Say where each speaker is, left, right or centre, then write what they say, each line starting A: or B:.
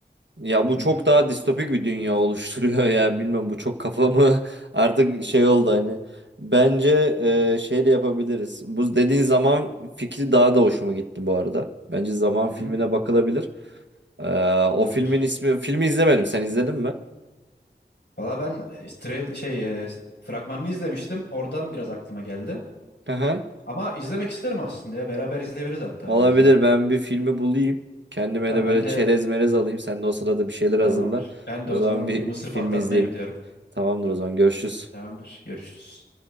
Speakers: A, on the right; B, on the left.
A: Ya bu
B: Hı
A: çok
B: hı.
A: daha distopik bir dünya <laughs> oluşturuyor ya bilmem bu çok kafamı <laughs> artık şey oldu hani. Bence e, şeyle yapabiliriz. Bu dediğin zaman fikri daha da hoşuma gitti bu arada. Bence zaman
B: Hı
A: filmine
B: hı.
A: bakılabilir. Ee, o
B: Olabilir.
A: filmin ismi filmi izlemedim. Sen izledin mi?
B: Valla ben e, trail şey e, fragmanını izlemiştim. Oradan biraz aklıma geldi.
A: Aha.
B: Ama izlemek isterim aslında ya. Beraber izleyebiliriz hatta
A: Olabilir
B: birazdan.
A: ben bir filmi bulayım. Kendime
B: Tamam
A: de böyle
B: ben de
A: çerez merez alayım. Sen de o sırada bir şeyler
B: tamamdır.
A: hazırla.
B: Ben
A: O
B: de o
A: zaman
B: zaman
A: bir
B: bir mısır
A: filmi
B: patlatmaya
A: izleyelim.
B: gidiyorum.
A: Tamamdır o zaman görüşürüz.
B: Tamamdır. Görüşürüz.